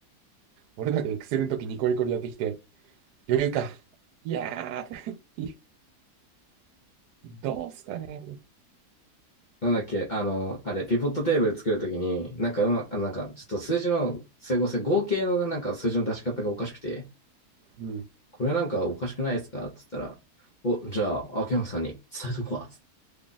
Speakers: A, on the right; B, on the left.
A: 俺なんかエクセルの時ニコニコでやってきて、余裕か。いやー、<laughs> どうすかね。
B: なんだっけ、あの、あれ、ピボットテーブル作るときに、なんかうま、あなんか、ちょっと数字の整合性、合計のなんか数字の出し方がおかしくて、
A: うん、
B: これなんかおかしくないですかって言ったら、お、じゃあ、秋山さんに伝えとくわ。つっ